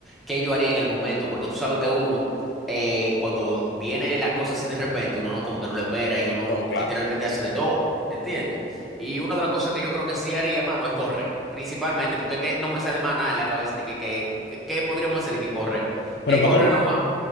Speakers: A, in the centre; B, on the left.
A: ¿qué yo haría en el momento? Porque tú sabes que uno, eh, cuando viene las cosas así de repente, uno no, como que no le espera y uno
B: No,
A: literalmente
B: claro.
A: hace de todo, ¿entiendes? Y una de las cosas que yo creo que sí haría, mano, es correr. Principalmente, porque es que no me sale más nada en la cabeza de que, que, que- ¿qué podríamos hacer de que correr.
B: ¿Pero
A: Es
B: para
A: correr
B: dónde?
A: nomás.